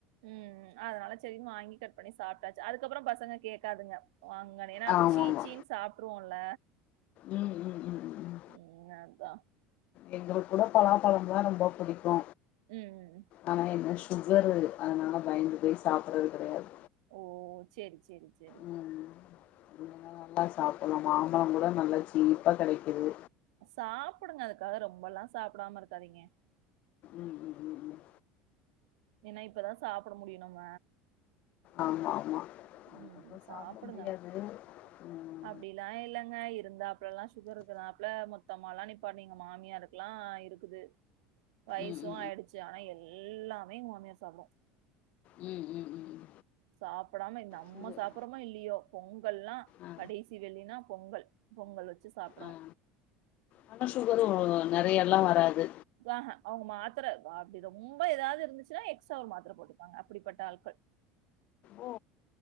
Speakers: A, on the right; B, on the left.
A: ம் ம் அதனால சேரின்னு வாங்கி கட் பண்ணி சாப்ட்டாச்சு அதுக்கப்றோ பசங்க கேக்காதுங்க வாங்கடைனா ஏன்னா
B: ஆமாமா
A: அப்ப சீச்சீன்னு சாப் ட்ருவோல்ல
B: ம் ம் ம் ம்
A: ம் அதா
B: எங்களுக்கு கூட பலாபழம் தா ரொம்ப புடிக்கு
A: ம்.
B: ஆனா என்ன சுகரு அதனால பயந்து போய் சாப்பட்றது கடையாது
A: ஓ சேரி சேரி சேரி
B: ம் இல்லன்னா நல்லா சாப்பட்லா மாம்பழம் கூட நல்லா சீப்பா கிடைக்குது
A: சாப்புடுங்க அதுக்காக ரொம்பல்லா சாப்புடாம இருக்காதீங்க
B: ம் ம் ம் ம்
A: ஏன்னா இப்பதா சாப்பட முடியு நம்ம
B: ஆமா ஆமா அதுக்கப்புறோ
A: ம் ம் சாப்புடுங்க
B: சாப்பிட முடியாது ம் ம்
A: அப்டில்லா இல்லங்க இருந்தா அப்பர்லா சுகர் இருக்குற ஆப்ல மொத்தமாலா நீப் எங்க மாமியாரு குலாஇருக்குது வயசு
B: ம் ம்
A: ஆயிடுச்சு ஆனா எல்லாமே எங்க மாமியா சாப்டு
B: ம் ம் ம்
A: சாப்புடாம நம்ம
B: சுகர்
A: சாப்பர்றமோ இல்லியோ பொங்கல்லா
B: ஆ
A: கடைசி வெள்ளின்னா பொங்கல் பொங்கல் வச்சு சாப்ட்ரு
B: ஆ ஆனா சுகரு நறைய எல்லா வராது
A: அ ஹ அவுங்க மாத்திர அப்டி ரொம்ப ஏதாவது இருந்துச்சுன்னா எக்ஸ்ட்ரா ஒரு மாத்திர போட்டுப்பாங்க அப்படிப்பட்ட ஆட்கள்
B: ஓ